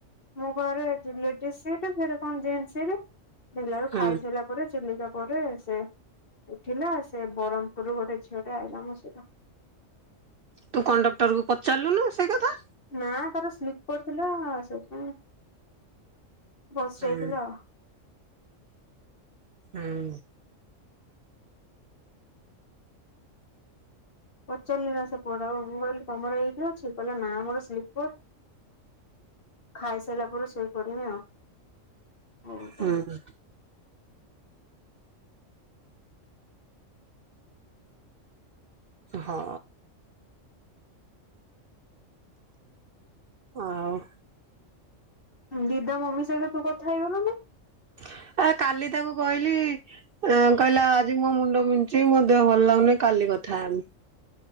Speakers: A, on the left; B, on the right.
A: ମୋ ପାଖରେ ଲେଡିଜ୍ ସିଟ୍ ଫେରେ କଣ ଜେନ୍ସ ସିଟ୍। ଦେଖିଲା ବେଲାବେଳୁ
B: ହୁଁ
A: ଖାଇସାଇଲା ପରେ ଚିଲିକା ପରେ ସେ ଉଠିଲା ସେ ବ୍ରହ୍ମପୁରରୁ ଗୋଟେ ଝିଅଟେ ଆଇଲା ମୋ ସହିତ।
B: ତୁ କଣ୍ଡକ୍ଟର କୁ ପଚାରଲୁନି ସେଇ କଥା।
A: ନାଁ ତାର ସ୍ଲିପର୍ ଥିଲା ସେଇଥିପାଇଁ। ବସ
B: ହୁଁ
A: ଯାଇଥିଲ ଆଉ।
B: ହୁଁ।
A: ପଚାରିଲି ନା ସେପଟ ଆଉ ମୁଁ କହିଲି ତମର ଏଇଠି ଅଛି କହିଲା ନା ମୋରୋ ସ୍ଲିପର୍। ଖାଇସାଇଲା ପରେ ସୋଇ ପଡ଼ିବି ଆଉ। ହଉ କହିଲି।
B: ହୁଁ। ହଁ। ଆଉ।
A: ଦିଦା ମମି ସହିତ ତୁ କଥା ହେଇଗଲୁନି।
B: <inaudible> ଆଁ କାଲି ତାକୁ କହିଲି ଏଁ କହିଲା ଆଜି ମୋ ମୁଣ୍ଡ ବିନ୍ଧୁଚି ମୋ ଦେହ ଭଲ ଲାଗୁନି କାଲି କଥା ହେମି।